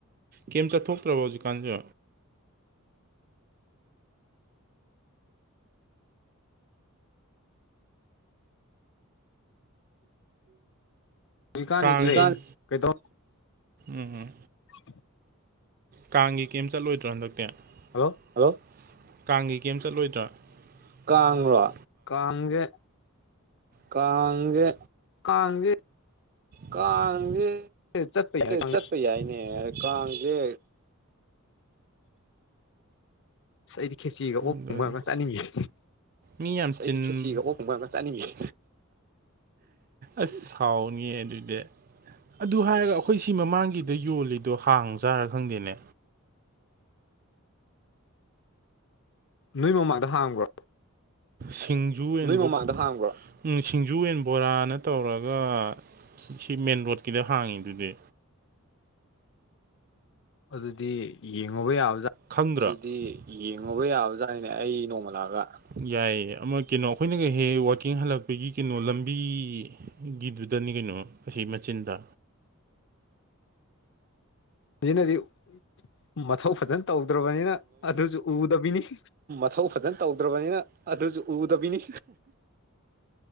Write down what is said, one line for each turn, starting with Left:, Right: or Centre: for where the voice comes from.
Right: ꯀꯦꯝ ꯆꯠꯊꯣꯛꯇ꯭ꯔꯕ ꯍꯧꯖꯤꯛꯀꯥꯟꯁꯨ
Left: ꯍꯧꯖꯤꯛꯀꯥꯟꯁꯤ
Right: ꯀꯥꯡ
Left: ꯀꯔꯤ
Right: <unintelligible>
Left: ꯀꯩꯗꯧ
Right: ꯎꯝ ꯎꯝ
Left: <inaudible>
Right: ꯀꯥꯡꯒꯤ ꯀꯩꯝ ꯆꯠꯂꯣꯏꯗ꯭ꯔꯣ ꯍꯟꯗꯛꯇꯤ
Left: ꯍꯜꯂꯣ
Right: ꯍꯜꯂꯣ ꯀꯥꯡꯒꯤ ꯀꯩꯝ ꯆꯠꯂꯣꯏꯗ꯭ꯔꯣ ꯀꯥꯡꯔꯣ
Left: ꯀꯥꯡꯖꯦ
Right: ꯀꯥꯡꯖꯦ
Left: ꯀꯥꯡꯖꯦ
Right: ꯀꯥꯡꯁꯦ
Left: ꯆꯠꯄ ꯌꯥꯏ ꯀꯥꯡ
Right: ꯆꯠꯄ ꯌꯥꯏꯅꯦ ꯀꯥꯡꯁꯦ
Left: ꯑꯁ ꯑꯩꯗꯤ ꯈꯦꯆꯤꯒ
Right: ꯑꯗꯨꯅꯦ
Left: ꯑꯣꯛ ꯊꯣꯡ ꯌꯥꯝ ꯆꯥꯅꯤꯡꯉꯤꯌꯦ
Right: ꯃꯤ ꯌꯥꯝ ꯆꯤꯟ <unintelligible> ꯑꯣꯛ ꯊꯣꯡꯕ ꯌꯥꯝ ꯆꯥꯅꯤꯉꯤꯌꯦ ꯑꯁ ꯁꯥꯎꯅꯤꯌꯦ ꯑꯗꯨꯗꯦ ꯑꯗꯨ ꯍꯥꯏꯔꯒ ꯑꯩꯈꯣꯏ ꯁꯤ ꯃꯃꯥꯡꯒꯤꯗ ꯌꯣꯜꯂꯤꯗꯣ ꯍꯥꯡꯖꯥꯔꯥ ꯈꯪꯗꯦꯅꯦ
Left: ꯅꯣꯏ ꯃꯃꯥꯡꯗ ꯍꯥꯡꯕ꯭ꯔꯣ
Right: ꯁꯤꯡꯖꯨꯑꯦꯟ ꯅꯣꯏ ꯃꯃꯥꯡꯗ ꯍꯡꯕꯔꯣ ꯎꯝ ꯁꯤꯡꯖꯨꯑꯦꯟ ꯕꯣꯔꯥꯅ ꯇꯧꯔꯒ ꯁꯤ ꯃꯦꯟ ꯔꯣꯗꯀꯤꯗ ꯍꯥꯡꯉꯤꯗꯨꯗꯤ
Left: ꯑꯗꯨꯗꯤ ꯌꯦꯡꯉꯨꯕ ꯌꯥꯕꯖꯥ
Right: ꯈꯪꯗ꯭ꯔꯥ ꯑꯗꯨꯗꯤ ꯌꯦꯡꯉꯕ ꯌꯥꯕꯖꯥꯠꯅꯦ ꯑꯩ ꯅꯣꯡꯃ ꯂꯥꯛꯑꯒ ꯌꯥꯏꯌꯦ ꯑꯃ ꯀꯤꯅꯣ ꯑꯩꯈꯣꯏꯅꯒꯍꯦ ꯋꯥꯛꯀꯤꯡ ꯍꯜꯂꯛꯄꯒꯤ ꯀꯩꯅꯣ ꯂꯝꯕꯤ ꯒꯤꯗꯨꯗꯅꯤ ꯀꯩꯅꯣ ꯑꯁꯤ ꯃꯆꯤꯟꯗ
Left: <unintelligible> ꯃꯊꯧ ꯐꯖꯟ ꯇꯧꯗ꯭ꯔꯕꯅꯤꯅ ꯑꯗꯨꯁꯨ ꯎꯗꯕꯤꯅꯤ
Right: ꯊꯧ ꯐꯖꯟ ꯇꯧꯗ꯭ꯔꯕꯅꯤꯅ ꯑꯗꯨꯁꯨ ꯎꯗꯕꯤꯅꯤ